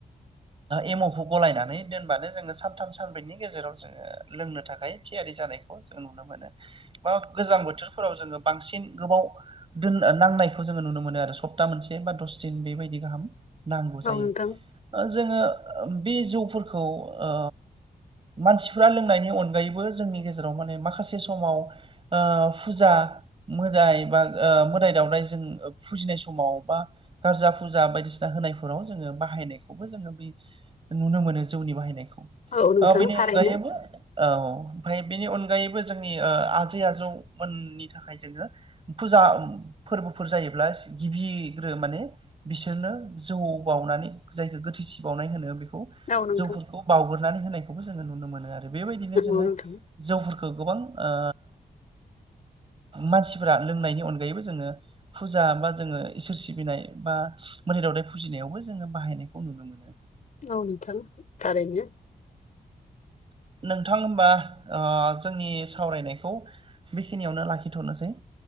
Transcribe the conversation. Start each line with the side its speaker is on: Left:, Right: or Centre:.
Right: एमावखौ गलायनानै दोनबानो जोङो सथाम सानब्रैनि गेजेराव जोङो लोंनो थाखाय थियारि जानायखौ जों नुनो मोनो। बा गोजां बोथोरफोराव जोङो बांसिन गोबाव दोननो नांनायखौ जोङो नुनो मोनो आरो सप्ता मोनसे बा दस दिन बेबायदि गाहाम। नांगौ जायो।
Left: औ नोंथां
Right: जोङो बे जौफोरखौ ओ मानसिफ्रा लोंनायनि अनगायैबो जोंनि गेजेराव माने माखासे समाव ओ फुजा मोदाय बा ओ मोदाय दावदाय जों फुजिनाय समाव बा गारजा फुजा बायदिसिना होनायफोराव जोङो बाहायनायखौबो जोङो बै नुनो मोनो जौनि बाहायनायखौ।
Left: औ नोंथां
Right: ओ बेनि
Left: थारैनो
Right: अनगायैबो औ ओमफाय बेनि अनगायैबो जोंनि ओ आजै आजौमोननि थाखाय जोङो फुजा फोरबोफोर जायोब्ला गिबिग्रो माने बिसोरनो जौ बावउनानै जायखौ गोथैसि बावनाय होनो बे खौ
Left: औ नोंथां
Right: जौफोरखौ बावगोरनानै होनायखौबो जोङो नुनो मोनो आरो। बेबायदिनो जोङो
Left: औ नोंथां
Right: जौफोरखौ गोबां ओ मानसिफोरा लोंनायनि अनगायैबो जोङो फुजा बा जोङो इसोर सिबिनाय बा मोदै दावदाय फुजिनायावबो जोङो बाहायनायखौ नुनो मो नो।
Left: औ नोंथां थारैनो।
Right: नोंथां होनबा ओ जोंनि सावरायनायखौ बेखिनियावनो लाखिथ'नोसै।